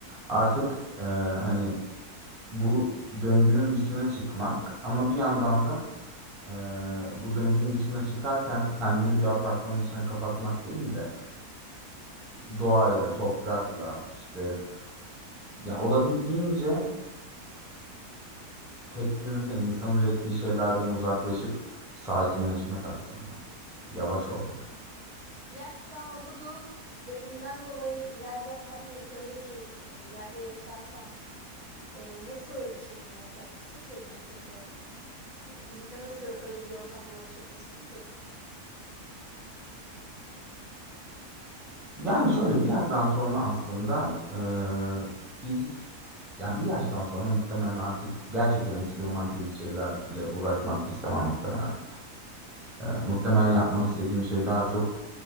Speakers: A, in the centre; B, on the right.
A: Artık e, hani bu döngünün dışına çıkmak ama bir yandan da ee, bu döngünün dışına çıkarken kendimi bir apartmanın içine kapatmak değil de e, doğayla, toprakla işte ya olabildiğince teknolojiden, insanın ürettiği şeylerden uzaklaşıp sakinleşmek aslında. Yavaş olmak.
B: Yani şu an okuduğum bölümden dolayı ileride hani öyle bir e, yerde yaşarsam e, nasıl işini yapacaksın ki gelecekte? E, fizikte nasıl öyle bir ortamda uğraşabilirsin ki?
A: Yani şöyle bir yerden sonra aslında e, fizik yani bir yaştan sonra muhtemelen artık gerçekten eksperimentalist şeylerle uğraşmak istemem muhtemelen. E, muhtemelen yapmak istediğim şey daha çok